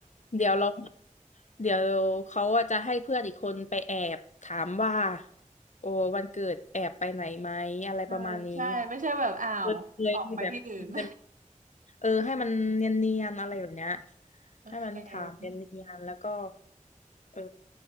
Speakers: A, on the left; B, on the right.
A: เดี๋ยวเรา เดี๋ยวเขาอะจะให้เพื่อนอีกคนไปแอบถามว่าโอ้วันเกิดแอบไปไหนไหมอะไรประมาณนี้
B: เออใช่ไม่ใช่แบบอ้าวออกไปที่อื่น
A: เคยเคยที่แบบมันจะ
B: <laughs>
A: เออให้มันเนียนๆอะไรแบบเนี้ย
B: โอเค
A: ให้มันถามเนียนๆแล้วก็เออ